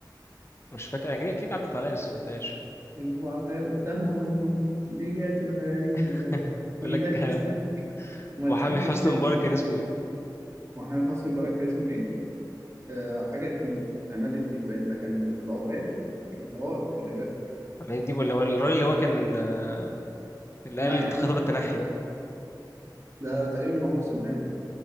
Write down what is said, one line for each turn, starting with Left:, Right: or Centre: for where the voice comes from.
Left: مش فاكر انا اكيد عدت عليا بس ما سمعتهاش
Right: اللي هو الغ- ده الموضوع ديت الغريزة
Left: <laughs> بيقول
Right: إيدك
Left: لك آه،
Right: في سنانك وما
Left: محامي
Right: تحلش
Left: حسني
Right: يا شيخ.
Left: مبارك كان اسمه ايه
Right: محمد حسني مبارك كان اسمه إيه؟ آه حاجة الديب عماد الديب باين ده كان العبان كان حوار خلي بالك
Left: محمد الديب ولا هو الراجل اللي هو كان آه، اللي
Right: لا
Left: قال
Right: يا
Left: خطاب
Right: عم
Left: التنحي ده
Right: ده تقريبا عمر سلمان